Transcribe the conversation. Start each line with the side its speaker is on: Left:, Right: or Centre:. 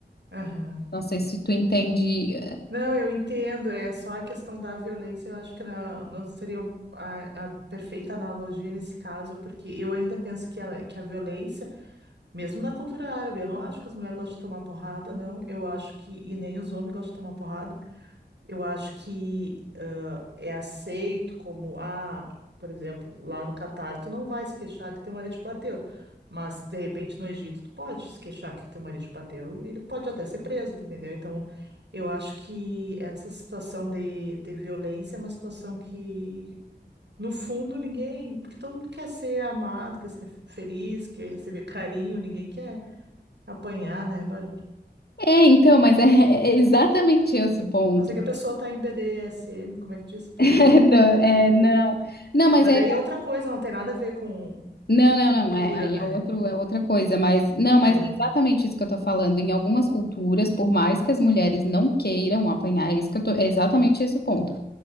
Right: Aham.
Left: Não sei se tu entende.
Right: Não, eu entendo, é só a questão da violência, eu acho que não, não seria um- a, a perfeita analogia nesse caso, porque eu ainda penso que a, que a violência mesmo na cultura árabe, eu não acho que as mulheres gostam de tomar porrada, não. Eu acho que, e nem os homens gostam de tomar porrada. Eu acho que ah, é aceito como, ah, por exemplo, lá no Catar, tu não vai se queixar que teu marido te bateu. Mas, de repente, no Egito, tu pode se queixar que teu marido te bateu. e Ele pode até ser preso, tu entendeu? Então, eu acho que essa situação de, de violência é uma situação que no fundo, ninguém, porque todo mundo quer ser amado, quer ser feliz, quer receber carinho, ninguém quer apanhar, né, Bárbara?
Left: É, então, mas é, é exatamente esse o ponto.
Right: A não ser que
Left: <laughs>
Right: a pessoa tá em BDSM, como é que diz? PD,
Left: É, não, é,
Right: PT.
Left: não, não, mas
Right: Mas
Left: é
Right: daí é outra coisa, não tem nada a ver com
Left: Não, não,
Right: cultura,
Left: não, é, aí
Right: né?
Left: é outro, é outra coisa, mas não, mas
Right: É.
Left: é exatamente isso que eu tô falando. Em algumas culturas, por mais que as mulheres não queiram apanhar, é isso que eu tô, é exatamente esse o ponto.